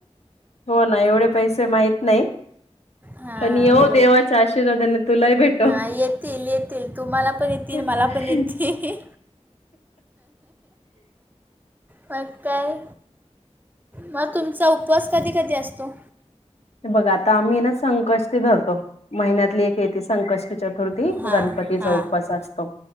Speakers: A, on the left; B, on the right.
A: हो ना एवढे पैसे माहीत नाही.
B: हा
A: पण येवो
B: बर.
A: देवाच्या आशीर्वादाने तुलाही भेट
B: हा येतील येतील. तुम्हाला पण येेतील,
A: हम्म
B: मला पण येतील. मग काय, मग तुमचा उपवास कधी कधी असतो?
A: हे बघ आता आम्ही ना संकष्टी धरतो महिन्यातली एक. ती संकष्टी चतुर्थी
B: हां
A: गणपतीचा
B: हां
A: उपवास असतो